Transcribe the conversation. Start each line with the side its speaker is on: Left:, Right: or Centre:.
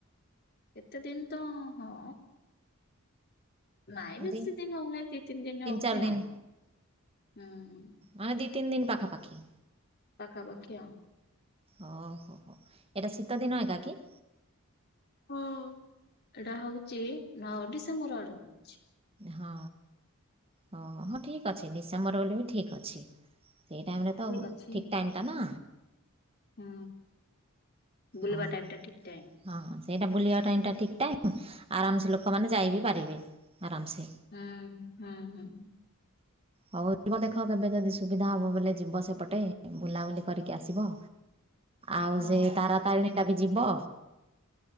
Left: କେତେ ଦିନ ତ ହଁ। ନାଇଁ
Right: ଏମିତି
Left: ବେଶୀ ଦିନ ହଉ ନାହିଁ ଦି ତିନି ଦିନ ହଉଛି
Right: ଚାରି
Left: ଆଉ
Right: ଦିନ
Left: ହୁଁ।
Right: ହଁ ଏ ଦି ତିନି ଦିନ ପାଖାପାଖି।
Left: ପାଖା ପାଖି ଆଉ।
Right: ହଁ ହୋ ହୋ ଏଇଟା ଶୀତଦିନ ଏକା କି।
Left: ହୁଁ ଏଇଟା ହଉଛି ନଅ ଡିସେମ୍ବର ଆଡ଼କୁ ହଉଛି।
Right: ହଁ ହଁ ହଁ ଠିକ୍। ଠିକ୍ ଅଛି ଡିସେମ୍ବର ହେଲେ ବି ଠିକ୍ ଅଛି ସେଇ ଟାଇମ୍ ରେ ତ
Left: ଅଛି।
Right: ଠିକ୍ ଟାଇମ୍ ଟା ନା।
Left: ହୁଁ। ବୁଲିବା
Right: ଅ ହ
Left: ଟାଇମ୍ ଟା ଠିକ୍ ଟାଇମ୍।
Right: ହଁ ସେଇଟା ବୁଲିବା ଟାଇମ ଟା ଠିକ ଟାଇମ ଆରାମସେ ଲୋକ। ସେମାନେ
Left: ହୁଁ,
Right: ଯାଇ ବିି ପାରିବେ ଆରାମସେ।
Left: ହୁଁ ହୁଁ ହୁଁ।
Right: ହଉ ଯିବ ଦେଖ କେବେ ଯଦି ସୁବିଧା ହବ ବଲେ ଯିବ ସେପଟେ ବୁଲାବୁଲି କରିକି ଆସ ସିବ ଆଉ
Left: ହଁ।
Right: ସେ ତାରାତାରିଣୀ ଟା ବି ଯିବ।